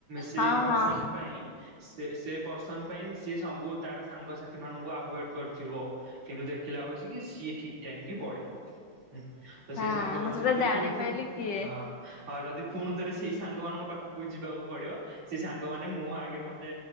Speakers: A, on the right; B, on the left.
A: ସେଇ
B: ହଁ
A: ପର୍ସନ
B: ହଁ।
A: ପାଇଁ। ସେ ସେ ପର୍ସନ ପାଇଁ ସିଏ ସବୁ ତାର ସାଙ୍ଗସାଥି ମାନଙ୍କୁ ଆଭଏଡ କରୁଥିବ। କିନ୍ତୁ ଦେଖିଲା ବସିକି ସିଏ ଠିକ ଟାଇମ କି ପଳେଇବ। ହୁଁ ତ
B: ହଁ
A: ସେଇ ସାଙ୍ଗମାନଙ୍କୁ
B: ମୁଁ ସେଟା
A: ଯଦି
B: ଜାଣିପାଇଲି
A: ପୁଣି ଥରେ
B: କିଏ
A: ହାଁ। ଆଉ ଯଦି ଫୁଣି ଥରେ ସେଇ ସାଙ୍ଗ ମାନଙ୍କ ପାଖକୁ ଯିବାକୁ ପଡିବ। ସେ ସାଙ୍ଗମାନେ ମୁହଁ ଆଗରେ ମତେ